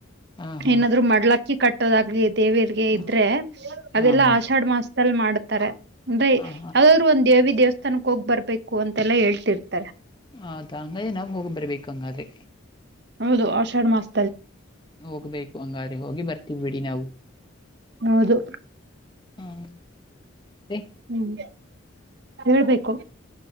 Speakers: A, on the left (about 20°); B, on the right (about 55°).
A: ಹಾಂ ಹಾಂ
B: ಏನಾದ್ರು ಮಡ್ಲಕ್ಕಿ ಕಟ್ಟೋದಾಗ್ಲಿ ದೇವಿಯರಿಗೆ
A: ಹಾಂ
B: ಇದ್ರೆ
A: ಹಾಂ
B: ಅದೆಲ್ಲಾ
A: ಹಾಂ
B: ಆಷಾಢ ಮಾಸದಲ್ಲಿ ಮಾಡ್ತಾರೆ ಅಂದ್ರೆ
A: ಹಾಂ ಹಾಂ
B: ಯಾವ್ ಒಂದು ದೇವಿ ದೇವಸ್ಥಾನಕ್ ಹೋಗ್ ಬರ್ಬೇಕು ಅಂತೆಲ್ಲಾ ಹೇಳ್ತಿರ್ತಾರೆ.
A: ಹೌದಾ ಹಂಗ ನಾವ್ ಹೋಗಿ ಬರ್ಬೇಕು ಹಂಗಾದ್ರೆ.
B: ಹೌದು ಅಷಾಡ ಮಾಸ್
A: ಹೋಗ್ಬೇಕು ಹಂಗಾದ್ರೆ ಹೋಗಿ ಬರ್ತಿವ್ ಬಿಡಿ ನಾವು.
B: ಹೌದು
A: ಹಾಂ ಮತ್ತೆ
B: ಹ್ಮ್ ಹೇಳ್ಬೇಕು